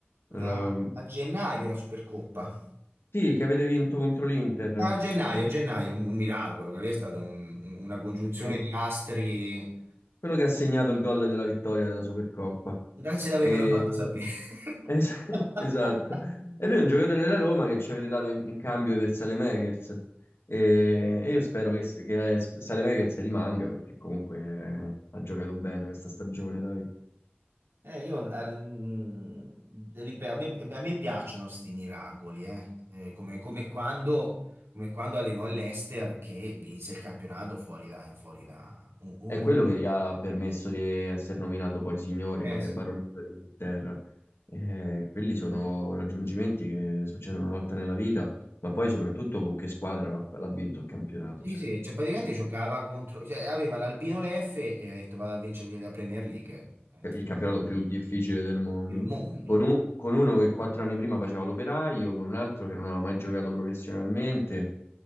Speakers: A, on the left; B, on the right.
A: L-
B: La-
A: l-
B: a gennaio la Supercoppa.
A: Sì, che avete vinto contro l'Inter.
B: A gennaio, a gennaio, un, un miracolo. Quello lì è stata un- un- una congiunzione
A: Sì.
B: di astri.
A: Quello che ha segnato il gol della vittoria della Supercoppa.
B: Grazie di avermelo
A: E-
B: fatto sapere.
A: es-
B: <laughs>
A: <laughs> esatto. E lui è un giocatore della Roma che ci avete dato in, in cambio per Saelemaekers. E, e io spero che, che Saelemaekers rimanga perché comunque eh, ha giocato bene questa stagione, dai.
B: Eh, io, eh, mm, ripeto, a me, a me piacciono sti miracoli, eh. Eh, come, come quando, come quando allenò l'Ester che vinse il campionato fuori da, fuori da o- ogni...
A: È quello che gli ha permesso di essere nominato poi signore
B: Eh, sì.
A: e baronetto d'Inghilterra. Eh, quelli sono raggiungimenti che succedono una volta nella vita, ma poi soprattutto con che squadra l'ha l'ha vinto il campionato,
B: Sì,
A: cioè.
B: sì, cioè praticamente giocava contro, cioè aveva l'Albino Leffe e ha detto vado a vincere la Premier League eh,
A: il campionato più difficile del mondo.
B: del mondo.
A: Con, un- con uno che quattro anni prima faceva l'operaio, con un altro che non aveva mai giocato professionalmente.